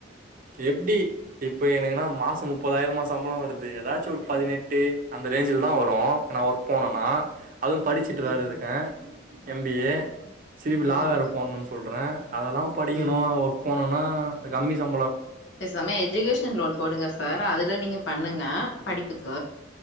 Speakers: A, on the right; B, on the left.
A: எப்டி இப்ப எனக்குன்னா மாச முப்பதாயிரமா சம்பளோ வருது எதாச்சு ஒரு பதினெட்டு அந்த ரேஞ்சுல்தா வரூ நா ஒர்க் போனனா அதுவூ படிச்சுட்டு வேறருக்கே
B: ம்
A: எம் பி ஏ சிரிப் லா
B: ம்
A: வேற போடணூன் சொல்றே அதெல்லா படிக்கணூ
B: ம்
A: ஒர்க் போணூனா கம்மி ச
B: பேசாம எஜுகேஷன் லோன் போடுங்க சார் அதுல நீங்க பண்ணுங்க படிப்புக்